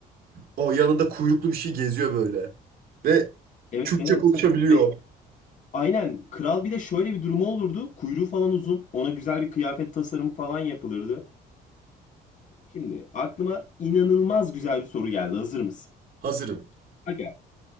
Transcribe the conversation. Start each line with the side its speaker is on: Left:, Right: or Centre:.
Right: O yanında kuyruklu bir şey geziyor böyle. Ve
Left: Evet
Right: Türkçe
Left: evet.
Right: konuşabiliyor.
Left: Ve aynen kral bir de şöyle bir durumu olurdu. Kuyruğu falan uzun. Ona güzel bir kıyafet tasarımı falan yapılırdı. Şimdi aklıma inanılmaz güzel bir soru geldi. Hazır mısın?
Right: Hazırım.
Left: Aga.